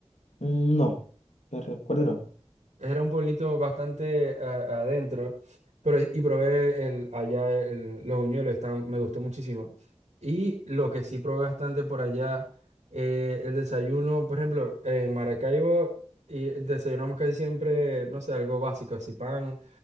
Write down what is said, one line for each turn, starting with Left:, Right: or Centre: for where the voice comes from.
Left: Mm, No, te recuerdo, no.
Right: Era un pueblito bastante a- adentro, pero y probé el, allá el- los buñuelos, están- me gustó muchísimo. Y lo que sí probé bastante por allá, eh, el desayuno, por ejemplo, en Maracaibo y desayunamos casi siempre, no sé, algo básico, así pan,